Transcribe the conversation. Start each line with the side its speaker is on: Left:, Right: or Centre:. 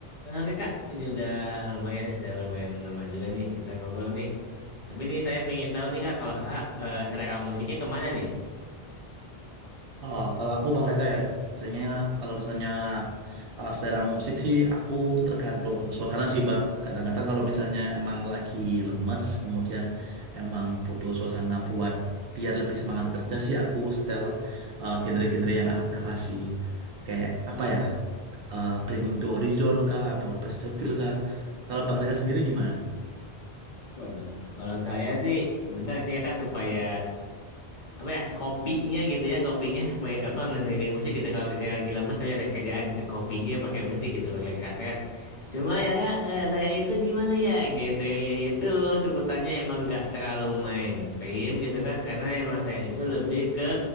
Left: Eh, Oke Kak, ini udah lumayan ya, udah lumayan lama juga nih kita ngobrol nih. Tapi nih saya pengen tahu nih Kak, kalau Kakak eh, selera musiknya kemana nih?
Right: Ah, kalau aku Bang Reka ya, biasanya kalau misalnya ah, selera musik sih aku tergantung suasana sih Bang. Kadang-kadang kalau misalnya emang lagi lemes, kemudian emang butuh suasana buat biar lebih semangat kerja sih aku setel ah, genre-genre yang agak keras sih. Kayak
Left: Hmm.
Right: apa ya, eh Bringing to Horizon kah, atau Praise the Feel kah. Kalau Bang Reka sendiri gimana?
Left: Waduh, kalau saya sih, bentar sih ya Kak supaya apa ya kopinya gitu ya kopinya main apa ngedengerin musik gitu kalau misalnya lagi lemes tapi ada kerjaan gitu kopinya pakai musik gitu pakai keras-keras cuma ya Kak, eh, saya itu gimana ya genrenya itu sebutannya emang nggak terlalu mainstream gitu kan karena emang saya itu lebih ke